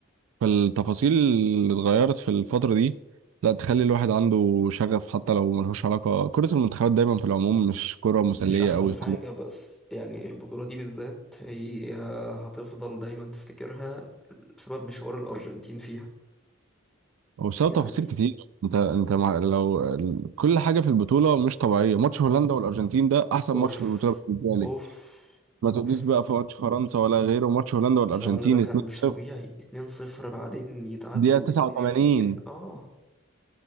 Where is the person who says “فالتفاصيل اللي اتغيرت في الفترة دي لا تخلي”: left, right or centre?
Right